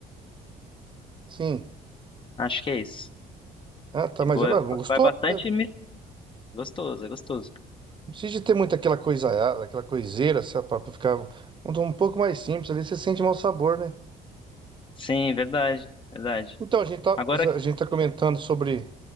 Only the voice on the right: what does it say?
Sim.
Ah, tá,
mas é
mas gostou?
né?
Não precisa de ter muito aquela coisa, ah, aquela coiseira, sabe, pra pra ficar um, um pouco mais simples ali, você sente mau sabor, né?
Então, a gente tá,
a gente tá comentando sobre